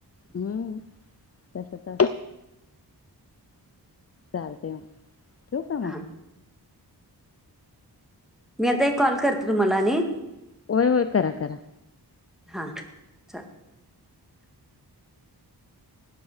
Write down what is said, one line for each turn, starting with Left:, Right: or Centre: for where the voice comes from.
Left: हम्म तसच चालतंय मग ठेऊ का
Centre: हा
Left: मग.
Centre: मी आता एक कॉल करते तुम्हाला आणि
Left: होय होय करा करा
Centre: हा चाल.